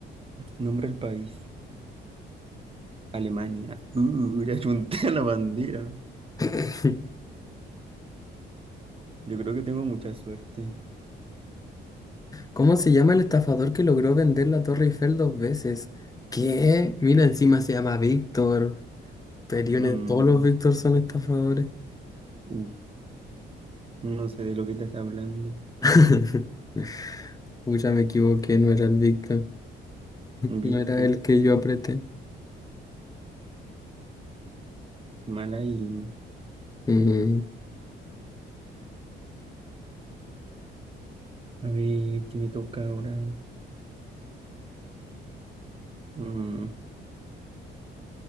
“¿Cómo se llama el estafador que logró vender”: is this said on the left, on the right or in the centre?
Left